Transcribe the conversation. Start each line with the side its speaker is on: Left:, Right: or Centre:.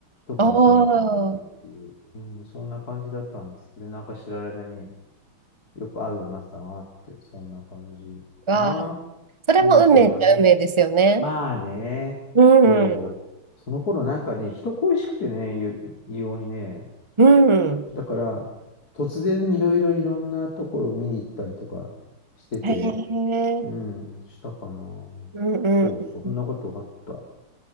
Left: 特にその後もなくっていう、
Right: おー。
Left: うん、そんな感じだったんですけど、なんか知られ間によく会うようになってたなって、そんな感じかな。
Right: わあ。それも運命っちゃ運命ですよね。
Left: うん、それはね。まあね、
Right: うん。
Left: そう。その頃なんかね、人恋しくてね、い異様にね、
Right: うん。
Left: だから、突然いろいろいろんなところを見に行ったりとかしてて、
Right: へえ。
Left: うん、したかな。
Right: うんうん
Left: そうそう、そんなことがあった。